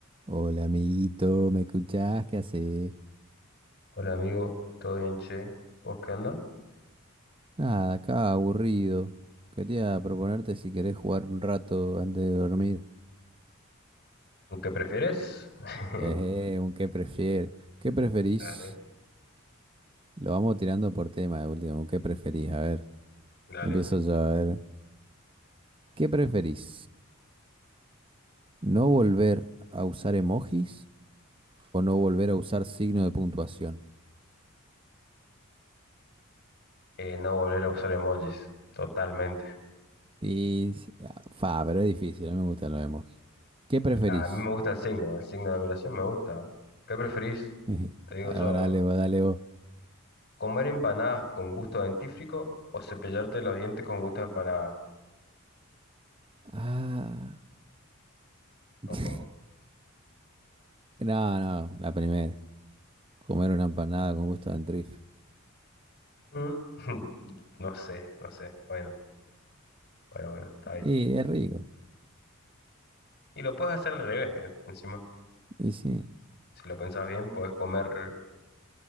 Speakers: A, on the right; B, on the left.
A: Hola, amiguito, ¿me escuchás? ¿Qué haces?
B: Hola amigo, ¿todo bien, che? ¿Vos qué onda?
A: Nada, acá aburrido. Quería proponerte si querés jugar un rato antes de dormir.
B: ¿Qué prefieres? <laughs>
A: Eh, eh, un qué prefieres. ¿Qué preferís?
B: Dale,
A: Lo vamos tirando por tema de último. ¿Un qué preferís? A ver,
B: dale.
A: empiezo yo a ver. ¿Qué preferís? ¿No volver a usar emojis o no volver a usar signo de puntuación?
B: Eh, no volver a usar emojis, totalmente.
A: Y, s- ah, fa, pero es difícil, a mí me gustan los emojis. ¿Qué preferís?
B: A mí me gusta el signo, el signo de admiración me gusta. ¿Qué preferís?
A: <laughs>
B: Te digo
A: Ahora
B: yo,
A: dale
B: ¿eh?
A: vos, dale vos.
B: ¿Comer empanadas con gusto a dentífrico o cepillarte los dientes con gusto a empanada?
A: Ah. <laughs>
B: Ojo.
A: No, no, la primera. Comer una empanada con gusto de antrife.
B: Mm, <laughs> No sé, no sé. Bueno, bueno, bueno, está bien.
A: Y es rico.
B: Y lo puedes hacer al revés, ¿eh? Encima,
A: Y sí,
B: si lo pensás bien, puedes comer